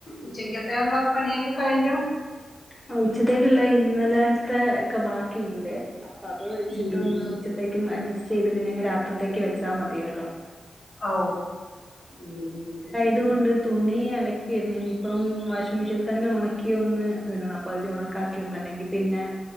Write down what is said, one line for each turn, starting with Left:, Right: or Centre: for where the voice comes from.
Left: ഉച്ചക്കത്തെ ഉള്ള പണിയൊക്ക കഴിഞ്ഞോ?
Centre: ആഹ് ഉച്ചത്തേക്ക്ള്ള ഇന്നലത്തെ ഒക്കെ ബാക്കിയ്ണ്ട്. അപ്പൊ അത് വെച്ചിട്ട്
Left: ഉം
Centre: ഒന്ന് ഉച്ചത്തേക്കും അഡ്ജസ്റ്റ് ചെയ്ത് പിന്നെ <unintelligible> രാത്രിത്തേക്ക് വെച്ചാ മതിയല്ലോ.
Left: ഔ ഉം.
Centre: അതു കൊണ്ട് തുണി അലക്കിയിര്ന്ന് ഇന്ന്ഞി ഇപ്പം വാഷിംഗ് മീഷീനിൽ തന്നെ ഉണക്കി ഒന്ന്. ഇടണം അപ്പൊ ഇത് ഉണക്കാക്കിയിടണം അല്ലെങ്കി പിന്നെ